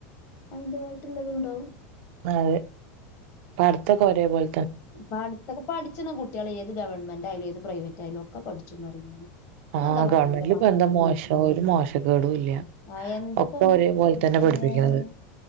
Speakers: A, on the left; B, on the right.
A: അയ്ന്റേതായിട്ടുള്ളതുണ്ടാവും
B: അതെ പഠിത്തൊക്കൊരേ പോൽ
A: പട്ത്തൊക്കെ പഠിച്ണ കുട്ടികൾ ഏത് ഗവൺമെന്റ്റായാലും ഏത് പ്രൈവറ്റ്യയാലും ഒക്കെ പഠിച്ചും ന്നറിം ഞാന്
B: ആഹ്
A: ഞാൻ എന്താ പറഞ്ഞെ
B: ഗവൺമെന്റിലിപ്പൊ
A: ഇന്റെ
B: എന്താ മോശം ഒരു മോശകേടും ഇല്ല
A: ആഹ് എന്തപ്പം
B: ഒക്കെ ഒരേപോലെ തന്നെ പഠിപ്പിക്കണത്
A: ഏഹ്